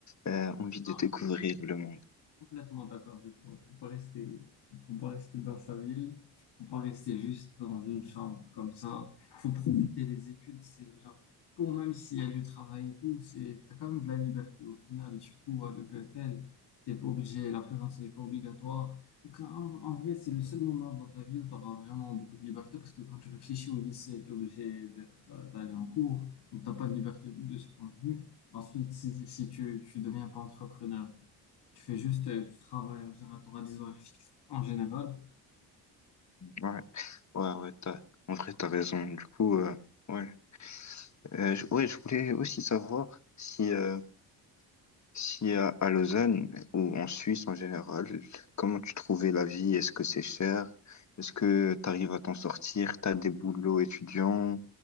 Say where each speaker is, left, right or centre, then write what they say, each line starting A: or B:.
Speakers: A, on the left (about 40°); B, on the left (about 60°).
A: euh, envie de
B: Europe,
A: découvrir
B: je complète.
A: le monde.
B: Complètement d'accord avec toi. Il faut pas rester, il faut pas rester dans sa ville. Il faut pas rester juste dans une chambre comme ça. Il faut profiter des études. C'est genre, bon, même s'il y a du travail et tout, c'est, t'as quand même de la liberté au final. Surtout à le PFL, t'es pas obligé, la présence n'est pas obligatoire. Donc, en, en vrai, c'est le seul moment dans ta vie où tu auras vraiment beaucoup de liberté parce que quand tu réfléchis au lycée, tu es obligé d'être, euh, d'aller en cours. Donc, t'as pas de liberté de ce point de vue. Ensuite, si, si tu, tu deviens pas entrepreneur, tu fais juste euh, du travail en général, tu auras des horaires fixes en général.
A: Ouais, ouais, ouais, t'as, en vrai, t'as raison. Du coup, euh, ouais, Euh, je- ouais, je voulais aussi savoir si, euh, Si à, à Lausanne ou en Suisse en général, comment tu trouvais la vie? Est-ce que c'est cher? Est-ce que tu arrives à t'en sortir? T'as des boulots étudiants?